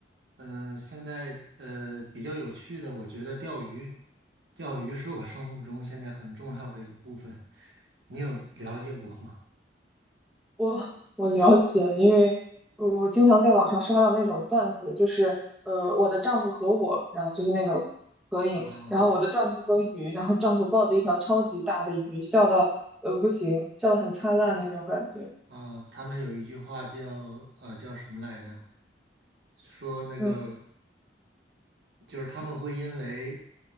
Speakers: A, on the right (about 70°); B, in the centre.
A: 嗯、现在呃比较有趣的，我觉得钓鱼，钓鱼是我生活中现在很重要的一部分。你有了解过吗？
B: 我我了解，因为呃我经常在网上刷到那种段子，就是呃，我的丈夫和我，然后就是那种合影，
A: 嗯
B: 然后我的丈夫和鱼，然后丈夫抱着一条超级大的鱼，笑到呃不行，笑得很灿烂那种感觉。
A: 哦，他们有一句话叫呃叫什么来着？说那个
B: 嗯
A: 就是他们会因为